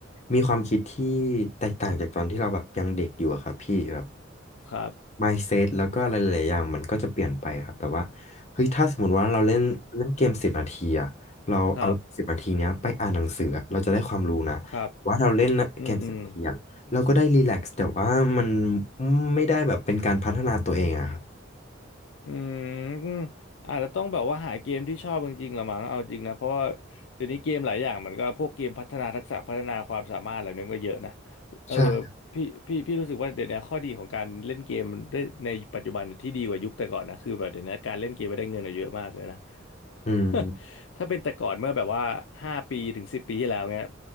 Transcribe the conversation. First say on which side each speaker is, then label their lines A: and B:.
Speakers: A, on the left; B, on the left.
A: มีความคิดที่แตกต่างจากตอนที่เราแบบยังเด็กอยู่อะครับพี่แบบ
B: ครับ
A: mindset แล้วก็อะไรหลายๆอย่างมันก็จะเปลี่ยนไปครับแต่ว่าเฮ้ยถ้าสมมติว่าเราเล่นเล่นเกมสิบนาทีอะ เราเอาสิบนาทีเนี้ยไปอ่านหนังสืออะเราจะได้ความรู้นะ
B: ครับครับ
A: ว่าเราเล่นเกมสิบนาทีอะเราก็ได้รีแลกซ์แต่ว่ามัน
B: อืมอืม
A: ไม่ได้แบบเป็นการพัฒนาตัวเองอะครับ
B: อืมอาจจะต้องแบบว่าหาเกมที่ชอบจริงๆละมั้งเอาจริงนะเพราะว่าเดี๋ยวนี้เกมหลายอย่างมันก็พวกเกมพัฒนาทักษะพัฒนาความสามารถอะไรนั้นก็เยอะนะเออ
A: ใช่
B: พี่พี่พี่รู้สึกว่าเดี๋ยวนี้ข้อดีของการเล่นเกมได้ในปัจจุบันที่ดีกว่ายุคแต่ก่อนนะคือแบบเดี๋ยวนี้การเล่นเกมไปได้เงินอะเยอะมากเลยนะ
A: อืม
B: <laughs> ถ้าเป็นแต่ก่อนเมื่อแบบว่าห้าปีถึงสิบปีที่แล้วเงี้ย